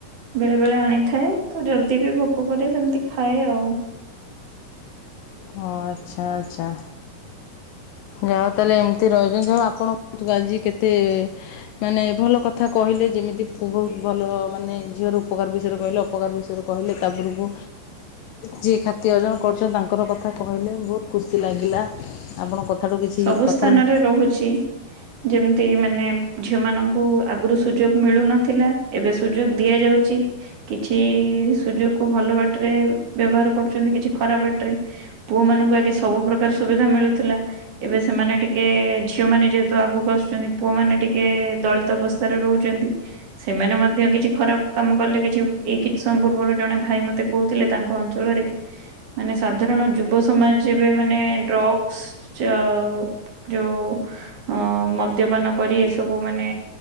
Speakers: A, on the right; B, on the left.
A: ବେଳେ ବେଳେ ଆଣିଥାଏ ତ ଯଦି ବି ଭୋକ କରେ ସେମିତି ଖାଏ ଆଉ।
B: ହ ଆଚ୍ଛା ଆଚ୍ଛା। ଯାହା ହଉ ତାହେଲେ ଏମିତି ରହିଛନ୍ତି ଯାଉ ଆପଣ ଆଜି କେତେ ମାନେ ଭଲ କଥା କହିଲେ ଯେମିତି ବହୁତ ଭଲ ମାନେ ଝିଅ ର ଉପକାର ବିଷୟରେ କହିଲେ ଅପକାର ବିଷୟରେ କହିଲେ ତା ଉପରକୁ ଯିଏ ଖ୍ୟତି ଅର୍ଜନ କରୁଛନ୍ତି ତାଙ୍କର କଥା କଥା କହିଲେ ବହୁତ ଖୁସି ଲାଗିଲା। ଆପଣଙ୍କ କଥାଠୁ କିଛି
A: ସବୁ
B: କଥାରୁ
A: ସ୍ଥାନରେ ରହୁଛି। ଯେମିତି ମାନେ ଝିଅ ମାନଙ୍କୁ ଆଗରୁ ସୁଯୋଗ ମିଳୁନଥିଲା ଏବେ ସୁଯୋଗ ଦିଆଯାଉଛି। କିଛି ସୁଯୋଗ କୁ ଭଲ ବାଟରେ ବ୍ୟବହାର କରୁଛନ୍ତି କିଛି ଖରାପ ବାଟ ରେ। ପୁଅ ମାନଙ୍କୁ ଆଗେ ସବୁ ପ୍ରକାର ସୁବିଧା ମିଳୁଥିଲା ଏବେ ସେମାନେ ଟିକେ ଝିଅ ମାନେ ଯେହେତୁ ଆଗକୁ ଆସୁଛନ୍ତି ପୁଅମାନେ ଟିକେ ଦଳିତ ଅବସ୍ଥାରେ ରହୁଛନ୍ତି। ସେମାନେ ମଧ୍ୟ କିଛି ଖରାପ କାମ କଲେ କିଛି ଏଇ କିଛି ସମୟ ପୂର୍ବରୁ ଜଣେ ଭାଇ ମତେ କହୁଥିଲେ ତାଙ୍କ ଅଞ୍ଚଳରେ ମାନେ ସାଧାରଣ ଯୁବ ସମାଜ ଏବେ ମାନେ ଡ୍ରଗ୍ସ ଅ ଯୋଉ ଅ ମଦ୍ୟପାନ କରି ଏସବୁ ମାନେ